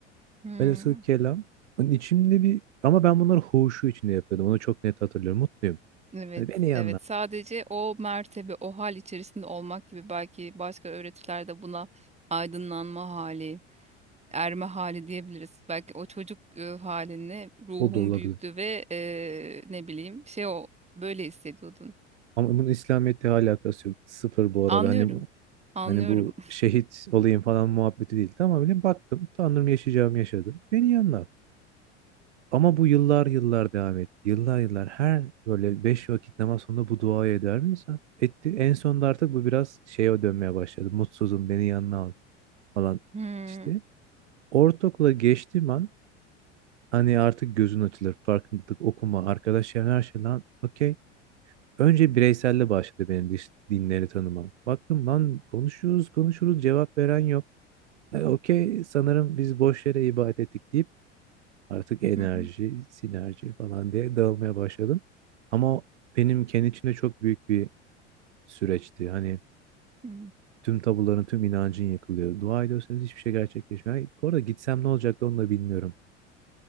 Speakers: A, on the right; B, on the right.
A: Hmm,
B: Velhasıl kelam hani içimde bir ama ben bunları huşu içinde yapıyordum. Onu çok net hatırlıyorum. Mutluyum.
A: Evet,
B: Hani beni iyi
A: evet. Sadece o mertebe, o hal içerisinde olmak gibi belki başka öğretilerde buna aydınlanma hali, erme hali diyebiliriz. Belki o çocuk e, halini ruhun
B: o da olabilir.
A: büyüktü ve e, ne bileyim şey o böyle hissediyordun.
B: Ama bunun İslamiyet'le alakası yok. Sıfır bu arada.
A: Anlıyorum,
B: Hani bu-
A: anlıyorum.
B: hani bu
A: <laughs>
B: şehit olayım falan muhabbeti değil. Tamamen baktım. Tanrım yaşayacağımı yaşadım. Beni iyi anla. Ama bu yıllar yıllar devam etti. Yıllar yıllar her böyle beş vakit namaz sonunda bu duayı eder mi insan? Etti. En sonunda artık bu biraz şeye dönmeye başladı. Mutsuzum beni yanına al falan
A: Hmm,
B: işte. Ortaokula geçtiğim an hani artık gözün açılır. Farkındalık, okuma, arkadaş çevren her şey lan okey. Önce bireyselle başladı benim diş- dinleri tanımam. Baktım lan konuşuyoruz konuşuruz cevap veren yok. E, okey sanırım biz boş yere ibadet ettik deyip Artık enerji,
A: hı hı,
B: sinerji falan diye dağılmaya başladım. Ama benim kendi içimde çok büyük bir süreçti. Hani
A: hı.
B: tüm tabuların, tüm inancın yıkılıyor. Dua ediyorsanız hiçbir şey gerçekleşmiyor. Ay, Bu arada gitsem ne olacaktı onu da bilmiyorum.